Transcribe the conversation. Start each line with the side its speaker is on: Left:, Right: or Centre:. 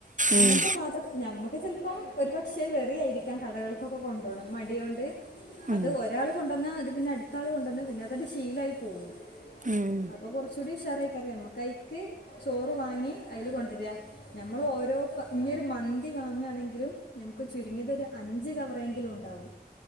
Left: അങ്ങൻത്തെ
Right: ഉം
Left: പാത്ര ഞമ്മക്ക് ചെൽപ്പം ഒരു പക്ഷെ വെറി ആയിരിക്കും കടകൾക്കൊക്കെ കൊണ്ടോണെ മടികൊണ്ട് അത്
Right: ഉം
Left: ഒരാൾ കൊണ്ടന്നാ അത് പിന്നെ അടുത്താള് കൊണ്ടന്നു പിന്നെ അതങ്ങ് ശീലമായി പോവും
Right: ഉം
Left: അപ്പൊ കുറച്ചൂടി <unintelligible> ചോറ് വാങ്ങി അയിൽ കൊണ്ടെര് ഞമ്മളോരോ <unintelligible> ന്തി വാങ്ങആണെങ്കിലും ഞമ്മക്ക് ചുരുങ്ങിയതൊരു അഞ്ച് കവറെങ്കിലും ഉണ്ടാവും